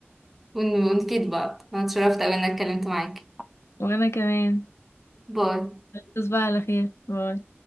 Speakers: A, in the centre; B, on the left.
A: ون- ونفيد بعض انا اتشرفت قوي ان انا اتكلمت معاك
B: وانا كمان
A: باي
B: تصبح على خير باي